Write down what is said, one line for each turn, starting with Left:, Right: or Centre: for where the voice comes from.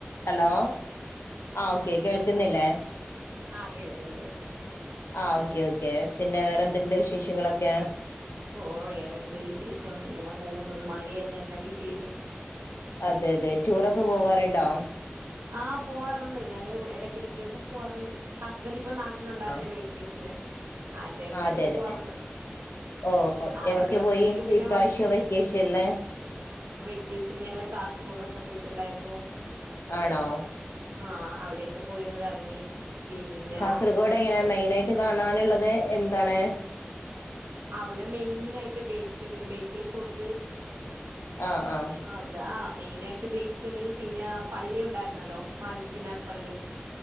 Left: Hello ആഹ് okay കേൾക്കുന്നില്ലേ?
Right: ആ കേൾക്കുന്നു കേൾക്കു
Left: ആഹ് ഓക്കെ ഓക്കെ പിന്നെ വേറെന്തുണ്ട് വിശേഷങ്ങളൊക്കെ?
Right: ഓ വേറെന്ത് വിശേഷം ഇങ്ങനെ പോവുന്നു ഈ മഴയന്ന് തന്നെ വിശേഷം.
Left: അതെ അതെ ടൂറൊക്കെ പോവാറുണ്ടോ?
Right: ആഹ് പോവാറുണ്ട് ഞങ്ങള് ഇടക്കിടക്കക്കെ പോവാറുണ്ട് ഹസ്ബന്റ് ഇപ്പൊ നാട്ടിലുണ്ടായിരുന്നില്ലേ
Left: ആ
Right: വെക്കേഷന് ആ ടൈമിലൊക്കെ
Left: അതെ അതെ
Right: പോവാറുണ്ട്.
Left: ഓ
Right: ആള്
Left: എവിടക്ക്
Right: ഉള്ളപ്പോഴത്തേക്ക്
Left: പോയി
Right: പിന്നെ
Left: ഇപ്രാവശ്യം
Right: മ
Left: വെക്കേഷനില്
Right: വെക്കേഷന് ഞങ്ങൾ കാസർഗോഡൊക്കെ പോയിട്ടുണ്ടായിരുന്നു
Left: ആണോ
Right: ആഹ് അവിടെക്കെ പോയിന്ന് കറങ്ങി പിന്നെ
Left: കാസർഗോഡ എങ്ങനെ മെയിന ആയിട്ട് കാണാനുള്ളത് എന്താണ്
Right: അവിടെ മെയിൻ ആയിട്ട് ബേക്കല് ബേക്കൽ ഫോർട്ട്
Left: ആ ആ
Right: ആഹ് അവിടാ ആഹ് മെയിന ആയിട്ട് ബേക്കല് പിന്നെ പള്ളി ഉണ്ടായിരുന്നല്ലോ മാലിക് ദിനാർ പള്ളി